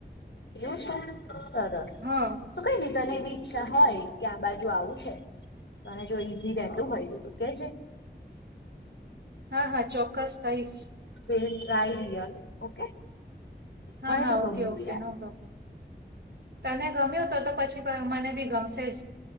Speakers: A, on the left; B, on the right.
A: એવું છે સરસ
B: હ અ
A: તો કઈ નહી તને એવી ઈચ્છા હોય કે આ બાજુ આવું છે અને જો ઈઝી રહેતું હોય તો તું કહેજે.
B: હા-હા, ચોક્કસ કહીશ.
A: Well try here, okay.
B: હા-હા,
A: મને તો ગમ્યું
B: ઓકે-ઓકે.
A: યાર
B: નો પ્રોબ્લેમ. તને ગમ્યું તો તો પછી પ મને ભી ગમશે જ.